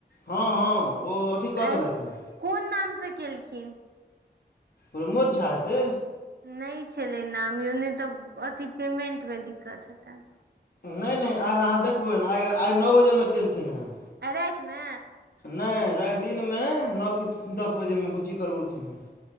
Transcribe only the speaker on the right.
आइ
कोन नामसे केलखिन।
नै छलै नाम यौ नै तऽ अथि पेमेंटमे दिकत हेतैन।
आइ राइतमे?